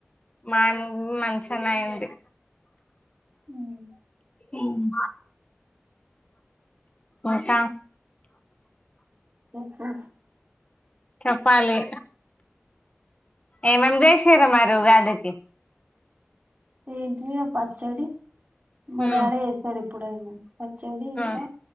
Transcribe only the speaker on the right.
మ్మ్
చెప్పు
ఏటీజెయ పచ్చడి మా
డాడీ చేస్తాడు ఎప్పుడైనా పచ్చాడీ ఇంకా